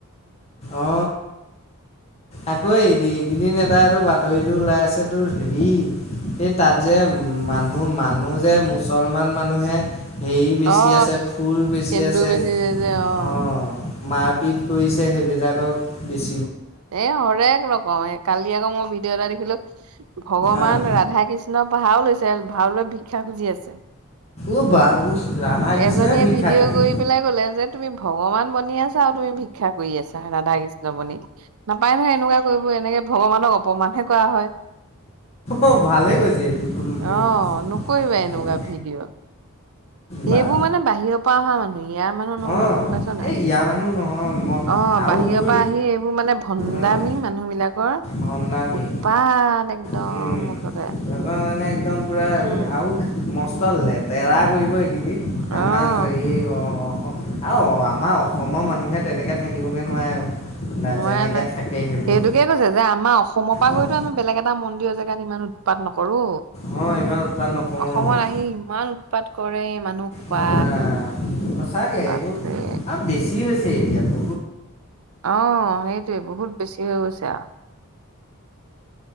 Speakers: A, on the left (about 30°); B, on the right (about 80°).
A: অ আকৌ এই কি কেইদিন এইটো বাতৰিটো ওলাই আছে তোৰ বি এই তাত যে মানুহ মান মানুহ যে মুছলমান মানুহে হেৰি বেছি
B: অ'
A: আছে ফুল বেছি
B: সেন্দুৰ
A: আছে
B: বেচিছে যে অ'।
A: অঁ মাৰপিট কৰিছে সেইবিলাকক বেছ
B: এ হৰেক ৰকম এই কালি আকৌ মই ভিডিঅ' এটা দেখিলো ভগৱান
A: অ'
B: ৰাধা কৃষ্ণ পঢাহাৰ লৈছে ভাাৰলৈ ভিক্ষা খুজি আছে
A: উবা উ ৰাধা কৃষ্ণই
B: এজনীয়ে
A: ভিক্ষা
B: ভিডিঅ'
A: খোজে
B: কৰি পেলাই কলে যে তুমি ভগৱান বনি আছা আৰু তুমি ভিক্ষা কৰি আছা ৰাধা কৃষ্ণ বণি নাপায় নহয়। এনেকুৱা কৰিব এনেকে ভগৱানক অপমানহে কৰা হয়।
A: অ' ভালেই কৈছে এইটো পুলুমুলিকে
B: অ
A: কৈছে
B: নকৰিবা এনেকুৱা
A: অ'
B: ভিডিঅ'।
A: বা
B: এইবোৰ মানে বাহিৰৰ পৰা অহা মানুহ। ইয়াৰ মানুহ নহয়
A: অ'
B: গম পাইছ নে নাই।
A: এই ইয়াৰ মানুহ নহয় মই
B: অ
A: আৰু
B: বাহিৰৰ
A: তোৰ
B: পৰা আহি এইবোৰ মানে ভন্দামী
A: অ'
B: মানুহ বিলাকৰ।
A: ভণ্ডামি
B: উৎপাত একদম।
A: উম
B: মুঠতে
A: তাৰপৰামানে একদম মানে পুৰা
B: উম,
A: আৰু মস্ত লেতেৰা কৰিব।
B: অ',
A: আমাৰ যাৰে অ'অ। আও আমাৰ অসমৰ মানুহে তেনেকে থাকিবগে নোৱাৰে।
B: নোৱাই
A: যেনেকৈ
B: নোৱাই
A: থাকে সেইবোৰ
B: সেইটোকে কৈছে যে আমাৰ অসমৰ পৰা
A: অ'
B: গৈ তো আমি বেলেগ এটা মন। <unintelligible> জেগাত ইমান উৎপাত নকৰো।
A: অ' ইমান উৎপাত নকৰোঁ
B: অসমত
A: নহয়
B: আহি ইমান উৎপাত কৰে এই মানুহ সোপা।
A: মোৰ ৰাম সঁচাকে
B: বাপৰে।
A: এইবোৰ আ বেছি হৈছে এতিয়াতো।
B: অ সেইটোৱে বহুত বেছি হৈ গৈছে আ। <unintelligible>